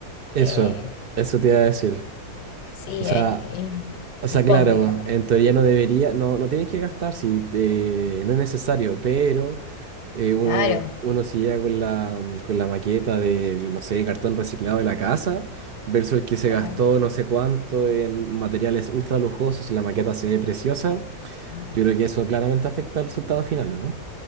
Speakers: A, on the right; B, on the left.
A: eso,
B: eh,
A: eso te iba a decir.
B: sí,
A: O sea,
B: eh, es
A: o
B: hipócrita.
A: sea, claro, en teoría no debería, no, no tienes que gastar si te- no es necesario, pero Eh, uno,
B: Claro,
A: uno se llega con la, mm, con la maqueta de, no sé, cartón reciclado de la casa, versus el que se
B: claro.
A: gastó no sé cuánto en materiales ultra lujosos y la maqueta se ve preciosa.
B: sí.
A: Yo creo que eso claramente afecta al resultado final, ¿o ¿no?